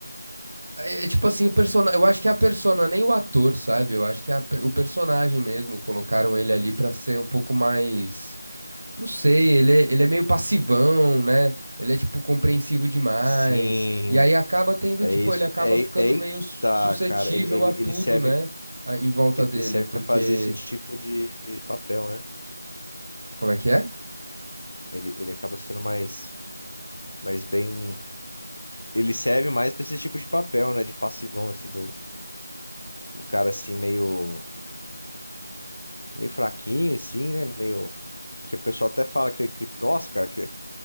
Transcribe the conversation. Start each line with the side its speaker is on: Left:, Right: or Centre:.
Right: É é tipo assim, o personagem. Eu acho que é a persona, nem o ator, sabe? Eu acho que é a pe- o personagem mesmo. Colocaram ele ali pra ser um pouco mais. Não sei, ele é, ele é meio passivão, né? Ele é, tipo, compreensivo demais.
Left: Sim.
Right: E aí acaba tendo,
Left: É
Right: tipo,
Left: isso.
Right: ele acaba
Left: É,
Right: ficando
Left: é aí
Right: meio
Left: que
Right: sus-
Left: tá,
Right: suscetível
Left: cara. Ele, ele,
Right: a tudo,
Left: ele serve,
Right: né? A- Em volta
Left: ele
Right: dele,
Left: serve
Right: porque.
Left: para fazer esse tipo de papel, né?
Right: Como é que é?
Left: Ele, ele acaba sendo mais, mais bem. Ele serve mais pra esse tipo de papel, né? De passivão, assim, do, do cara assim, meio, meio fraquinho, assim, né? Meio. Que, que o pessoal até fala que, que nossa, cara, que